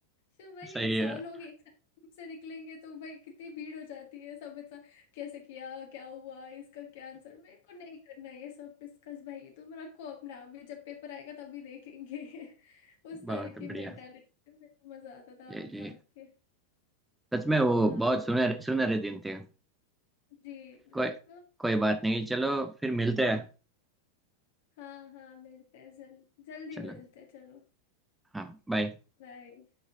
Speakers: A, on the left; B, in the centre.
A: तो भाई
B: सही
A: सौ
B: है
A: लोग एक साथ group से निकलेंगे तो भाई कितनी भीड़ हो जाती है सब ऐसा कैसे किया क्या हुआ इसका क्या आंसर मेरे को नहीं करना है ये सब डिस्कस भाई ये तुम रखो अपना अभी जब पेपर आएगा तभी देखेंगे <laughs> उस तरह
B: बहुत बढ़िया
A: की मेंटालिटी मेरे को मजा आता था
B: जी
A: भाग
B: जी
A: के
B: सच में वो
A: हाँ
B: बहुत सुनहरे सुनहरे दिन थे
A: जी तो,
B: कोई
A: तो-
B: कोई बात नहीं चलो फिर मिलते हैं
A: हाँ हाँ मिलते हैं जल, जल्दी
B: चलो
A: मिलते हैं चलो
B: हाँ बाय
A: बाय